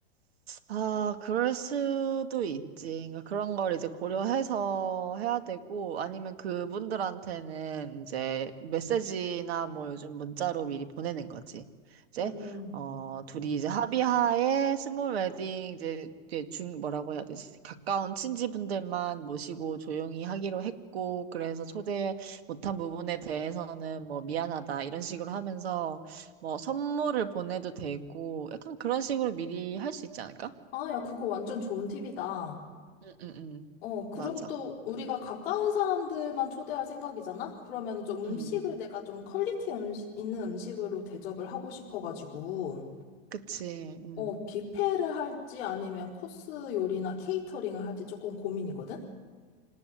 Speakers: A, on the right; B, on the left.
A: 아, 그럴 수도 있지. 그러니까 그런 걸 이제 고려해서 해야 되고, 아니면 그분들한테는 이제 메시지나 뭐 요즘 문자로 미리 보내는 거지. 이제,
B: 음.
A: 어, 둘이 이제 합의하에 스몰 웨딩 이제 이게 중, 뭐라고 해야 되지? 가까운 친지분들만 모시고 조용히 하기로 했고, 그래서 초대 못한 부분에 대해서는 뭐 미안하다 이런 식으로 하면서 뭐 선물을 보내도 되고, 약간 그런 식으로 미리 할 수 있지 않을까?
B: 아, 야, 그거 완전 좋은 팁이다.
A: 응, 응, 응.
B: 어, 그리고
A: 맞아.
B: 또 우리가 가까운 사람들만 초대할 생각이잖아? 그러면은 좀 음식을
A: 응.
B: 내가 좀 퀄리티 음식, 있는 음식으로 대접을 하고 싶어가지고,
A: 그치. 응.
B: 어, 뷔페를 할지 아니면 코스 요리나 케이터링을 할지 조금 고민이거든?